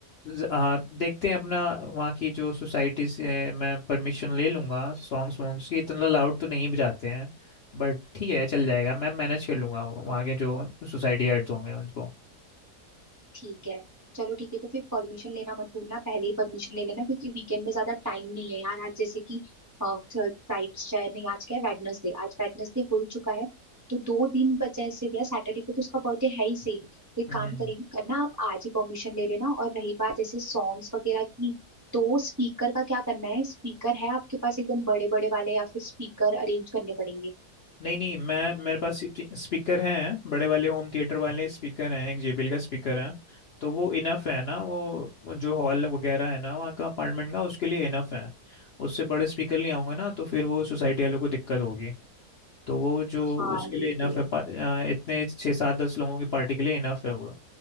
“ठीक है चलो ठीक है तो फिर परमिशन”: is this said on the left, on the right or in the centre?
Right